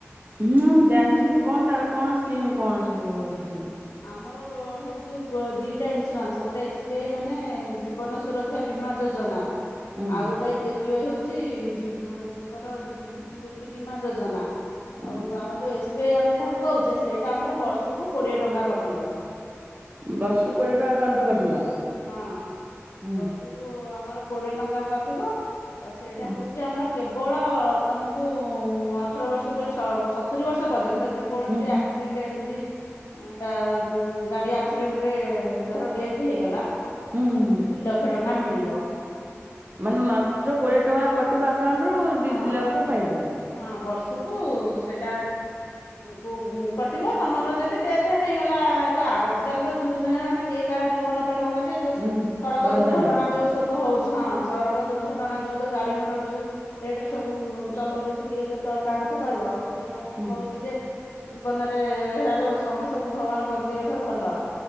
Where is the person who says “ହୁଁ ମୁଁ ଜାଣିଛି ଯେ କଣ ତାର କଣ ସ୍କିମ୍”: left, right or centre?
Right